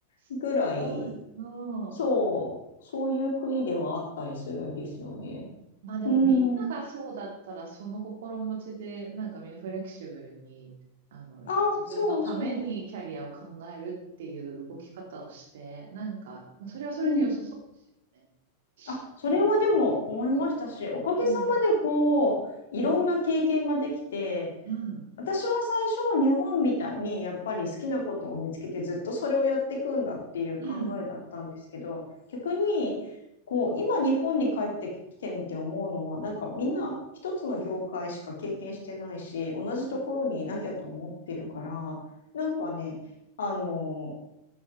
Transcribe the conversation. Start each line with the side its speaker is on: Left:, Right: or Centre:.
Right: すごい。
Left: うぐらい、
Right: うん。
Left: そう、そういう国ではあったりするんですよね。
Right: まあでもみんながそうだったら、
Left: うん。
Right: その心持ちで、なんかみんなフレキシブルに、あの、
Left: あ、
Right: 自分のためにキャリアを考えるっていう動き方をして、
Left: そうそ
Right: なんか、まあそれはそれで良さそうですよね。
Left: う。うん。あ、それはでも思いましたし、
Right: うん、
Left: おかげさまでこう、
Right: うん、
Left: いろんな経験ができて、
Right: うん、
Left: 私は最初、日本みたいにやっぱり好きなことを見つけてずっとそれをやっていくんだっていう考えだったんですけど、
Right: うん。うん
Left: 逆にこう今日本に帰ってきてみて思うのは、なんかみんな一つの業界しか経験してないし、同じところにいなきゃと思ってるから、
Right: あ
Left: なんかね、あの